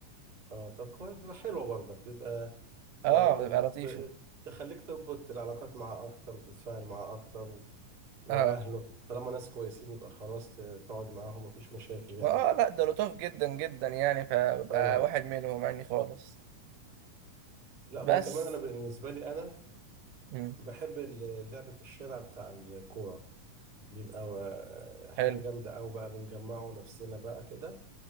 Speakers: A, on the right; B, on the right.
A: اه طب كويس بتبقى حلوة برضك بيبقى
B: أه
A: يعني
B: بيبقى
A: بت...
B: لطيفة
A: ب... تخليك تربط العلاقات معاه اكتر وتتفاعل معاه اكتر و... واهله
B: أه
A: طالما ناس كويسين يبقى خلاص ت- تقعد معاهم مفيش مشاكل يعني
B: ما أه لأ ده لطاف جدا جدا يعني فببقى
A: اه
B: واحد منهم يعني خالص
A: لا
B: بس
A: هو كمان انا بالنسبة لي انا
B: مم.
A: بحب اللعب في الشارع بتاع الكورة بيبقى و- حاجة
B: حلو
A: جامدة أوي بقى بنجمعه نفسنا بقى كده